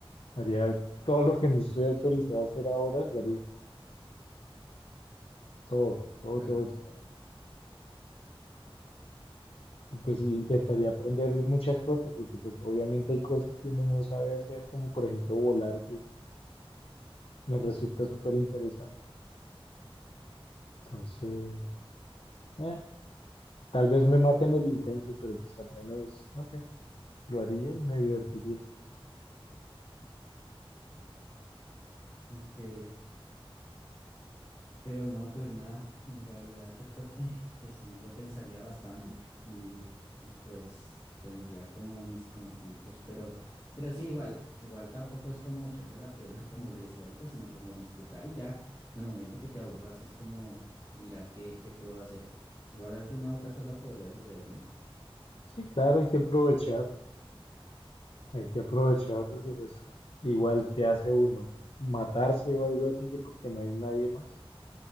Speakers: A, on the left; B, on the left.
A: Haría todo lo que no estoy autorizado a hacer ahora, lo haría. Todo, todo,
B: Claro.
A: todo, todo. Y pues sí, intentaría aprender muchas cosas, porque pues obviamente hay cosas que uno no sabe hacer, como por ejemplo volar, que me resulta súper interesante. Entonces, eh, tal vez me maten el intento, pero pues al menos, no sé, lo haría y me divertiría.
B: Ok. Pero no, pues nada, en realidad yo creo que, que sí lo pensaría bastante y, y pues tendría como mis conflictos, pero, pero sí, igual, igual tampoco es como echarse la pena, <laughs> como lo decía ahorita, sino como disfrutar y ya en el momento que te aburras es como mirar qué, qué puedo hacer. Igual alguna otra cosa podría suceder, ¿no?
A: Sí, claro, hay que aprovechar, hay que aprovechar porque pues igual que hace uno, matarse o algo así, que porque no hay nadie más.